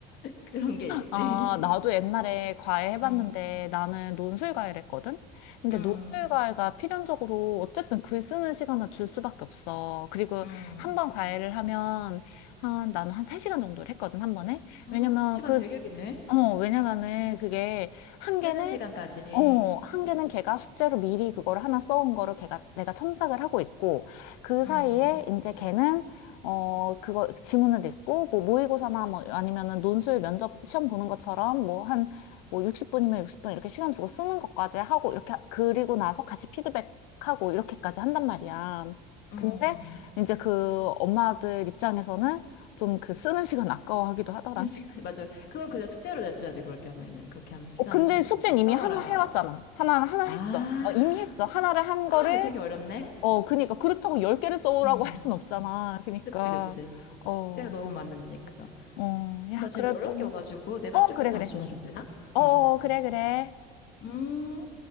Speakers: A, on the left; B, on the left.
A: 그런 게 있지.
B: 아, 나도 옛날에 과외 해봤는데
A: 응,
B: 나는 논술 과외를 했거든? 근데
A: 응,
B: 논술 과외가 필연적으로 어쨌든 글 쓰는 시간을 줄 수밖에 없어. 그리고
A: 응.
B: 한 번 과외를 하면 한, 나는 한 3시간 정도를 했거든, 한 번에.
A: 아,
B: 왜냐면
A: 시간
B: 그,
A: 되게 기네.
B: 어, 왜냐면은 그게 한 개는
A: 쓰는 시간까지.
B: 어, 한 개는 걔가 숙제로 미리 그걸 하나 써온 거를 걔가 내가 첨삭을 하고 있고 그 사이에
A: 음,
B: 이제 걔는 어, 그거 지문을 읽고 뭐 모의고사나 뭐 아니면은 논술 면접 시험 보는 것처럼 뭐 한 뭐 60분이면 60분 이렇게 시간 주고 쓰는 것까지 하고 이렇게 하- 그리고 나서 같이 피드백하고 이렇게까지 한단 말이야.
A: 음.
B: 근데 이제 그 엄마들 입장에서는 좀 그 쓰는 시간 아까워하기도 하더라.
A: 쓰는 시간, <laughs> 맞아. 그거 그냥 숙제로 내줘야지, 그럴 경우에는. 그렇게 하면 시간을
B: 어, 근데
A: 줄이고.
B: 숙제는 이미
A: 써와라.
B: 하나 해왔잖아. 하나, 하나 했어.
A: 아,
B: 어, 이미 했어. 하나를 한
A: 아,
B: 거를,
A: 이거 되게 어렵네?
B: 어, 그니까. 그렇다고 열 개를 써오라고
A: 음,
B: 할 순 없잖아. 그니까,
A: 그치, 그치.
B: 어,
A: 숙제가 너무 많으니까.
B: 어, 야,
A: 나 지금
B: 그래도.
A: 연락이 와가지고 내가
B: 어,
A: 좀
B: 그래,
A: 이따 다시
B: 그래.
A: 전화 줘도 되나?
B: 어,
A: 음.
B: 어, 그래, 그래.
A: 음.